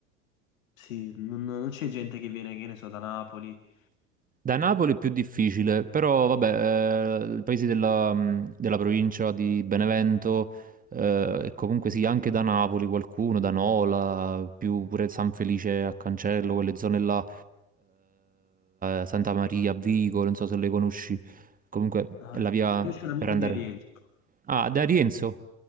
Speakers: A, on the left; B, on the right.
A: Sì, non, non c'è gente che viene, che ne so, da Napoli.
B: Da Napoli è più difficile, però vabbè, eh, i paesi della, mh, della provincia di Benevento eh, e comunque sì, anche da Napoli qualcuno, da Nola, più pure San Felice a Cancello, quelle zone là, eh, Santa Maria a Vico, non so se le conosci, comunque
A: Ah,
B: è la
A: eh,
B: via
A: io c'ho un amico
B: per andare...
A: di Arienzo,
B: Ah, da Rienzo?